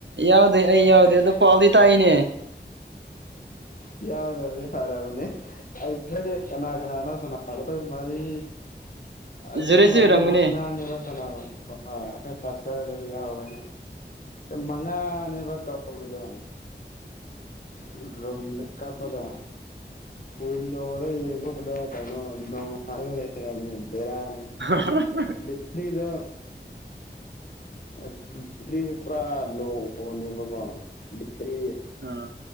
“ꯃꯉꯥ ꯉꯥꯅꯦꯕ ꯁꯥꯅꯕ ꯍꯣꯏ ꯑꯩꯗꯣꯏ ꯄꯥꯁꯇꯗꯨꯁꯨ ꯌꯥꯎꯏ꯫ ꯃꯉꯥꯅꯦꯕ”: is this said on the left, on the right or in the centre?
Left